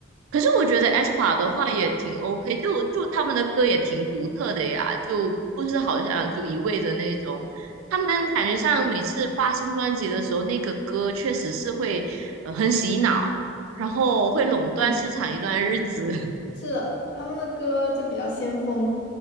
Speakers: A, on the right; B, on the left.
A: 可是我觉得 aespa 的话也挺 OK，就就他们的歌也挺独特的呀，就不是好像就一味的那种。他们感觉上每次发新专辑的时候，那个歌确实是会呃很洗脑，然后会垄断市场一段日子。
B: 嗯，
A: <laughs>
B: 是的，他们的歌就比较先锋，